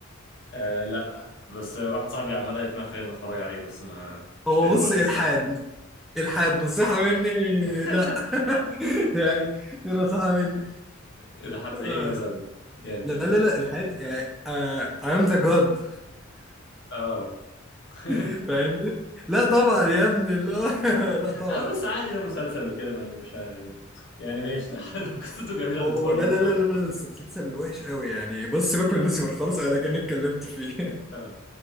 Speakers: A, on the left (about 60°); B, in the centre.
A: آه لا بس واحد صاحبي عمال يقنع فيا اني اتفرج عليه بس ما
B: هو
A: مش لاقي له
B: بص
A: وقت
B: الحاد
A: الصراحه
B: الحاد نصيحة مني
A: <laughs>
B: لا <laughs> يعني دي نصيحة مني
A: لحد زي
B: آه.
A: ايه مثلا يعني
B: لا لا لا الحاد يعني آه I am the god
A: اه <laughs>
B: <laughs> فاهمني؟ لا طبعا يا ابني لا <laughs> لا
A: اه
B: طبعا
A: بس عادي ده مسلسل وكده ما يعني مش ه- يعني ماشي <laughs> لو قصته جميله
B: هو
A: نتفرج
B: لا لا
A: وخلاص
B: لا لا لا، بس مسلسل وحش قوي يعني بص سيبك من لوسيفر خالص انا كأني اتكلمت فيه
A: اه